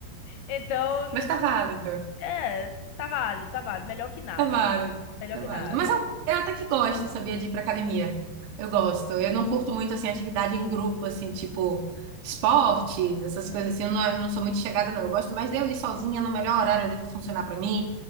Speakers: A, on the left; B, on the right.
A: Então, não,
B: Mas tá
A: não-
B: válido.
A: é, tá válido, tá válido. Melhor que nada.
B: É válido,
A: Melhor
B: é
A: que
B: válido.
A: nada.
B: Mas eu, eu até que gosto, sabia, de ir pra academia. Eu gosto. Eu não curto muito, assim, atividade em grupo, assim, tipo esportes, essas
A: Hum.
B: coisas assim. Eu não, é, eu não sou muito chegada, não. Eu gosto mais de eu ir sozinha no melhor horário ali que funcionar pra mim.